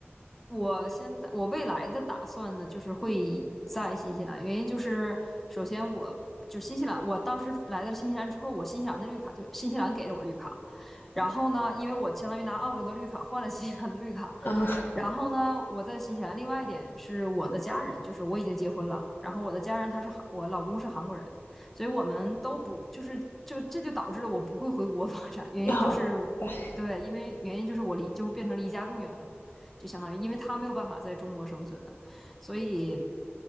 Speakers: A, in the centre; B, on the left.
A: 我现在我未来的打算呢，就是会以在新西兰，原因就是首先我就新西兰，我当时来到新西兰之后，我新西兰的绿卡就新西兰给了我绿卡，然后呢，因为我相当于拿澳洲的绿卡换了新西兰的绿卡，
B: 啊，
A: 然后呢，我在新西兰，另外一点是我的家人，就是我已经结婚了，然后我的家人他是韩，我老公是韩国人，所以我们都不就是就这就导致了我不会回国发展，原因就是对，
B: <laughs> 好，哎
A: 因为原因就是我离就变成离家更远了嘛。就相当于因为它没有办法在中国生存的，所以